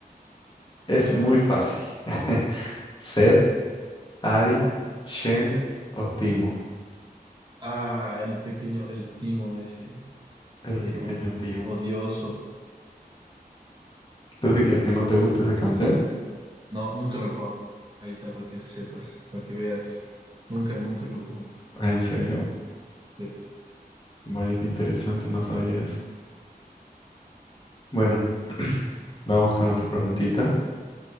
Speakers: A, on the left; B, on the right.
A: Es
B: Ya,
A: muy fácil. <laughs> Zed, Ari,
B: no,
A: Shen
B: ya.
A: o Timo.
B: Ah, el pequeño, el Timo ese,
A: El
B: tejón,
A: pequeño Timo.
B: odioso.
A: ¿Tú dirías que no te gusta ese campeón?
B: No, nunca lo jugó. Ahí está, para que sepas, para que veas. Nunca, nunca lo jugó.
A: ¿En serio?
B: Sí,
A: Vaya qué interesante, no sabía eso. Bueno, <clears throat> vamos con otra preguntita.